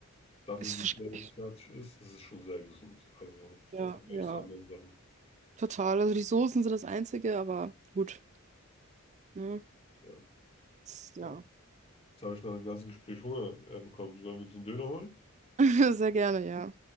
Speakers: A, on the left; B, on the right.
A: dafür,
B: Ist
A: wie
B: verschlechtert
A: schnell es fertig ist, ist es schon sehr gesund. Also
B: Ja,
A: zum Vergleich
B: ja.
A: zu anderen Sachen.
B: Total. Also die Soßen sind das Einzige, aber gut. Ne?
A: Ja,
B: Ist- Ja.
A: ja. Jetzt habe ich nach dem ganzen Gespräch Hunger äh, bekommen. Sollen wir uns einen Döner holen?
B: <laughs> Sehr gerne, ja.